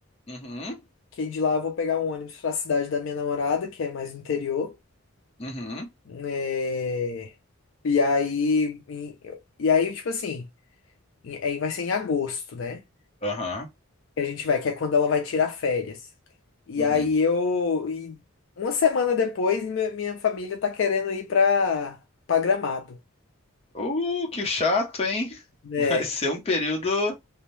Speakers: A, on the left (about 30°); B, on the left (about 60°).
A: Uhum,
B: que de lá eu vou pegar um ônibus pra cidade da minha namorada, que é mais no interior.
A: uhum,
B: É, E aí, em- e aí, tipo assim, em- aí vai ser em agosto, né?
A: aham,
B: Que a gente vai, que é quando ela vai tirar férias. E
A: uhum.
B: aí eu, e uma semana depois, mi- minha família tá querendo ir pra, pra Gramado,
A: Uh, que chato, hein? <laughs>
B: né?
A: Vai ser um período